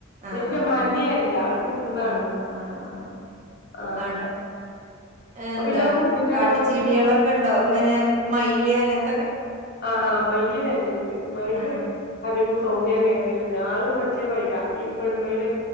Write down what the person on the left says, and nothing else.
വല്ല്യ
മലിയല്ല, ഒരു കുന്നാണ്.
ആഹ്
അപ്പൊ
പിന്നെ ആ കുന്നിന്റെ
അവിടെ കുറച്ച്
ആ ആ മയില് വരുന്നുണ്ട് മയില്
അതിബു സൗഡിയം കേക്കലുണ്ട്. ആ ഒരു മറ്റേ മൈന ഈ പെൺമൈനെ